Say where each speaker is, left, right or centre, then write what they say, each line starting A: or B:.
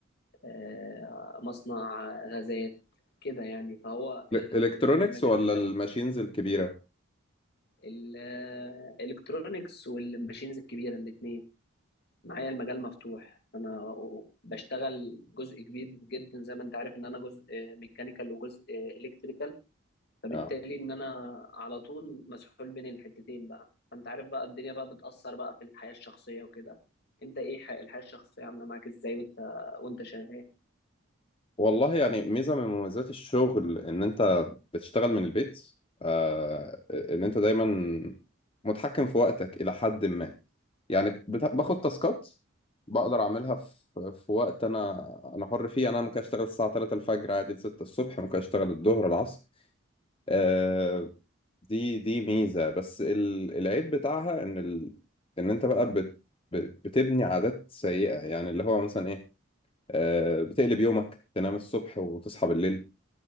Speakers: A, on the left; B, on the left.
A: آه، مصنع غازات كده يعني فهو ال-
B: إلكترونكس
A: ال- المجال
B: ولا
A: بتاع
B: الماشينز الكبيرة؟
A: الإلكترونيكس والماشينز الكبيرة الاتنين معايا المجال مفتوح أنا بشتغل جزء كبير جدا زي ما أنت عارف إن أنا جزء ميكانيكال وجزء إلكتريكال فبالتالي
B: اه
A: ان انا على طول مسحول بين الحتتين بقى فانت عارف بقى الدنيا بقى بتأثر بقى في الحياة الشخصية وكده انت ايه ح- الحياة الشخصية عاملة معاك ازاي وانت وانت شغال
B: والله يعني ميزة من مميزات الشغل إن أنت بتشتغل من البيت آه إن أنت دايما متحكم في وقتك إلى حد ما يعني بت- باخد تاسكات بقدر أعملها في, في وقت أنا أنا حر فيه يعني أنا ممكن أشتغل الساعة 3 الفجر عادي ل 6 الصبح ممكن أشتغل الظهر العصر آه دي دي ميزة بس ال- العيب بتاعها إن ال... إن أنت بقى بت... ب- بتبني عادات سيئة يعني اللي هو مثلا إيه آه بتقلب يومك تنام الصبح وتصحى بالليل